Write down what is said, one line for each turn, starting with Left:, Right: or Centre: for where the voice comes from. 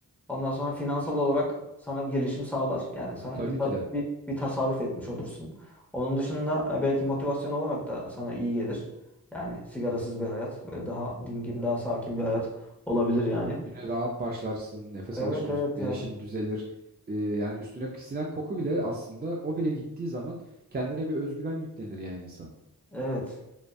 Centre: Ondan sonra finansal olarak sana bir gelişim sağlar. Yani sen
Right: Tabii
Centre: bir, ta-
Right: ki de
Centre: bir, bir tasarruf etmiş olursun. Onun dışında e, belki motivasyon olarak da sana iyi gelir. Yani sigarasız bir hayat. Böyle daha dingin, daha sakin bir hayat olabilir yani.
Right: güne rahat başlarsın, nefes
Centre: Evet
Right: alışverişin
Centre: evet ya.
Right: düzelir. Ee, yani üstüne sinen koku bile aslında o bile gittiği zaman kendine bir özgüven yüklenir yani insan.
Centre: Evet.